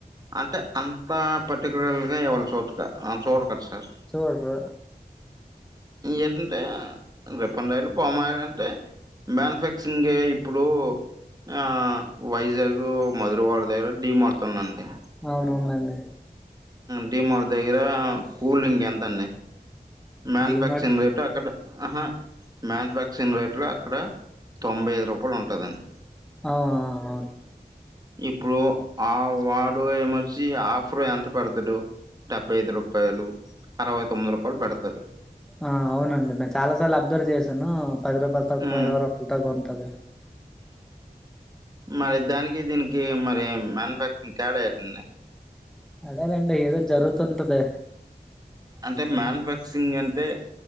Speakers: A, on the right (about 25°); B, in the centre.
A: అంటే అంత పర్టిక్యులర్ గా ఎవరూ చూదు క చూడరు కదా సార్
B: చూడరు
A: ఏ ఏటంటే రిఫైండ్ ఆయిల్ పామ్ ఆయిల్ అంటే మ్యానుఫ్యాక్చరింగే ఇప్పుడు ఆ వైజాగ్ మధుర్వాడ దగ్గర ఢి మార్ట్ ఉందండీ
B: అవునుందండి
A: డి మార్ట్ దగ్గర కూల్ డ్రింక్ ఎంత అండి మ్యానుఫ్యాక్చరింగ్
B: డీమార్ట్
A: రేట్ అక్కడ ఆహా మ్యానుఫ్యాక్చరింగ్ రేట్లో అక్కడ తొంభై ఐదు రూపాయలు ఉంటుందండి
B: అవునా <unintelligible>
A: ఇప్పుడు ఆ వాడు ఏమొచ్చి ఆఫర్ ఎంత పెడతాడు డెబ్బై ఐదు రూపాయలు అరవై తొమ్మిది రూపాయలు పెడతడు
B: ఆ అవునండి నేను చాలా సార్లు అబ్జర్వ్ చేశాను పది రూపాయలు తక్కువ
A: ఉమ్
B: ఇరవై రూపాయలు తక్కువ ఉంటుది
A: మరి దానికి దీనికి మరి మ్యానుఫ్యాక్చరింగ్ తేడా ఎటుంది
B: అదేనండి ఏదో జరుగుతుంటది
A: అంటే మ్యానుఫ్యాక్చరింగ్ అంటే